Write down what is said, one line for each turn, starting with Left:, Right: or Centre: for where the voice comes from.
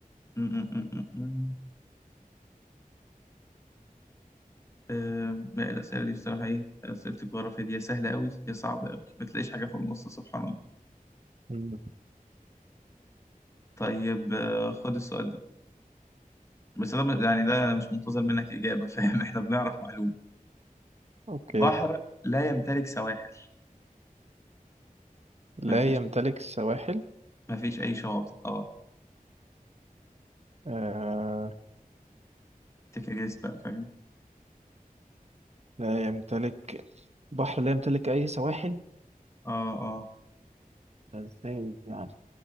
Left: م- م- م- م- م. آه... لا الأسئلة دي بصراحة إيه أسئلة الجغرافيا دي يا سهلة أوي يا صعبة أوي ما تلاقيش حاجة في النص سبحان الله
Right: مم.
Left: طيب آه... خد السؤال ده بس ده يعني ده مش منتظر منك إجابة فاهم إحنا بنعرف معلومة
Right: اوكي
Left: بحر لا يمتلك سواحل
Right: لا
Left: مفيش
Right: يمتلك السواحل
Left: مفيش أي شاطئ أه
Right: آه
Left: تكريس بقى فاهم
Right: لا يمتلك بحر لا يمتلك اي سواحل
Left: أه أه
Right: ده ازاي يعني